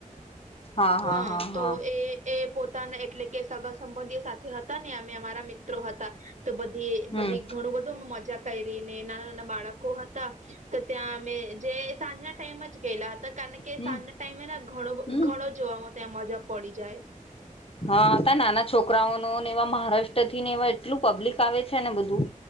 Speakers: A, on the left; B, on the right.
A: હા હા
B: હ
A: હા
B: તો
A: હા
B: એ એ પોતાના એટલે કે સગા સંબંધી સાથે હતા ને અમે અમારા મિત્રો હતા તો બધી
A: હમ્મ
B: બધી ઘણું બધું મજાક કયરીને નાના નાના બાળકો હતા તો ત્યાં અમે જે સાંજના ટાઈમ જ ગેયલા હતા કારણ કે
A: હમ્મ
B: સાંજના ટાઈમેના ઘણો
A: હમ્મ
B: ઘણો જોવામાં ત્યા મજા પડી જાય
A: હા તાં નાના છોકરાઓનો ને એવા મહારાષ્ટ્ર થી ને એવા એટલું પબ્લિક આવે છે ને બધું